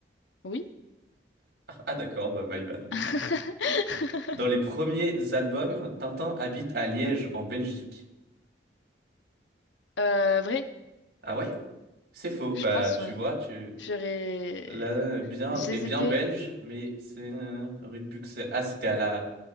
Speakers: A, on the left; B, on the right.
A: Oui.
B: Ah d'accord, bah my bad.
A: <laughs>
B: Dans les premiers albums, Tintin habite à Liège, en Belgique.
A: Euh, vrai,
B: Ah ouais? C'est faux.
A: je
B: Bah
A: pense,
B: tu
A: ouais.
B: vois, tu
A: J'aurais.
B: là bien
A: J'hésitais.
B: et bien belge, mais c'est euh, rue de Buxelles. Ah c'était à la